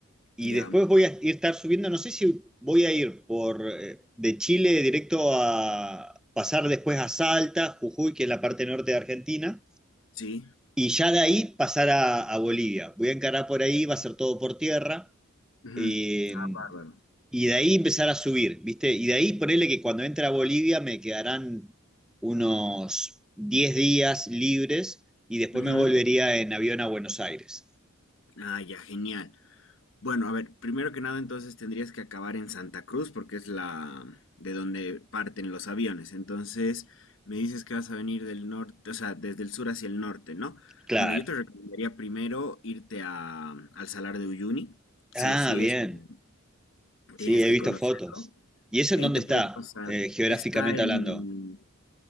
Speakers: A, in the centre; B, on the left.
A: y
B: Ya,
A: después voy a ir estar subiendo, no sé si voy a ir por eh, de Chile directo a pasar después a Salta, Jujuy, que es la parte norte de Argentina,
B: sí.
A: y ya de ahí pasar a, a Bolivia. Voy a encarar por ahí, va a ser todo por tierra
B: Ujú.
A: eh,
B: Ah, bárbaro.
A: y de ahí empezar a subir, ¿viste? Y de ahí ponerle que cuando entre a Bolivia me quedarán unos 10 días libres y después
B: Ujú.
A: me volvería en avión a Buenos Aires.
B: Ah, ya, genial. Bueno, a ver, primero que nada, entonces tendrías que acabar en Santa Cruz porque es la de donde parten los aviones. Entonces, me dices que vas a venir del norte, o sea, desde el sur hacia el norte, ¿no?
A: Claro.
B: Bueno, yo te recomendaría primero irte a, al Salar de Uyuni, sí
A: Ah,
B: o sí,
A: bien.
B: eso
A: Sí,
B: tienes
A: he
B: que
A: visto
B: conocerlo.
A: fotos. ¿Y eso
B: Y
A: en
B: ahí
A: dónde
B: te
A: está,
B: puedes pasar.
A: eh, geográficamente
B: Está en,
A: hablando?